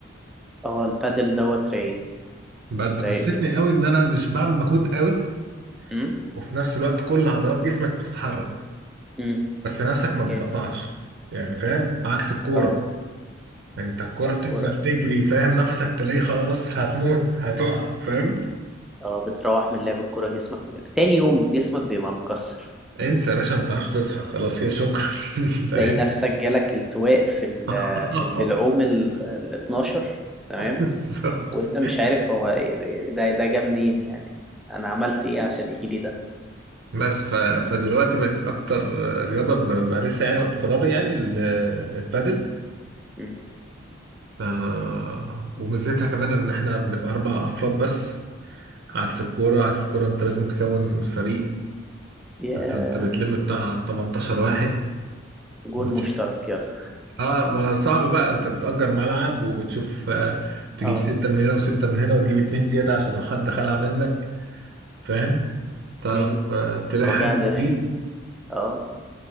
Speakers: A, in the centre; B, on the right (about 55°).
A: آه البادل دوت رايق
B: بقت بتبسطني
A: رايق جدا
B: قوي ان انا مش بعمل مجهود قوي
A: م?
B: وفي نفس الوقت كل عضلات جسمك بتتحرك
A: م.
B: بس نفسك ما بتقطعش
A: جامد
B: يعني فاهم عكس الكوره
A: آه
B: انت الكرة
A: آه
B: بتفضل
A: كورة
B: تجري فاهم نفسك تلاقيه خلاص هتموت هتقع فاهم
A: آه بتروح من لعب الكورة جسمك تاني يوم جسمك بيبقى مكسر
B: انسى يا باشا ما بتعرفش تصحى خلاص يا شكرا <laughs> فاهم
A: تلاقي نفسك جالك التواء في ال...
B: <laughs>
A: في البلعوم ال ال 12 تمام
B: بالظبط.
A: وانت مش عارف هو ايه ده يعني ده ده جه منين يعني انا عملت ايه عشان يجي لي ده
B: بس ف... فدلوقتي بقت اكتر رياضة بمارسها يعني وقت فراغي يعني ال- البادل
A: مم.
B: آه وميزتها كمان ان احنا بنبقى اربع افراد بس عكس الكورة عكس الكورة انت لازم تكون فريق
A: يا
B: فانت بتلم بتاع 18 واحد
A: جون
B: وتشوف
A: مشترك يلا
B: اه ما صعب بقى انت بتأجر ملعب وبتشوف آه، تجيب
A: <laughs> اه
B: ستة من هنا وستة من هنا وتجيب اتنين زيادة عشان لو حد خلع منك فاهم تعرف
A: مم.
B: آه، تلاقي
A: وجع
B: حد
A: دماغي
B: بديل
A: اه